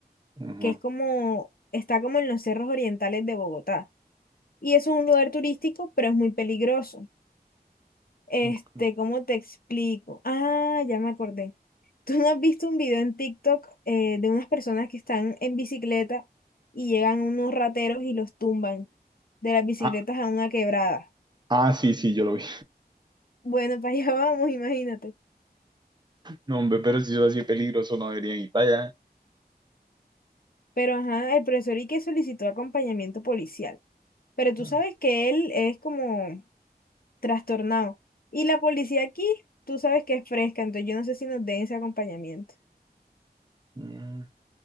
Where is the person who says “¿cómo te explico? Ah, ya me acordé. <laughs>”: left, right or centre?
Left